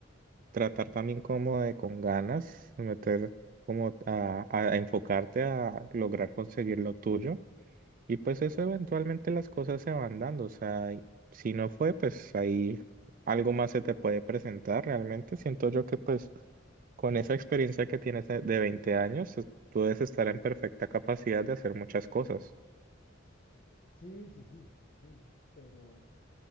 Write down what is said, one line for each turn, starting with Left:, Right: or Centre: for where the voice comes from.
Right: tratar también como de con ganas, meter como a, a- a enfocarte a lograr conseguir lo tuyo Y pues eso eventualmente las cosas se van dando, o sea, y si no fue, pues ahí algo más se te puede presentar realmente. Siento yo que pues con esa experiencia que tienes de de 20 años, es- tú debes estar en perfecta capacidad de hacer muchas cosas.
Left: Sí, sí, sí, sí, pero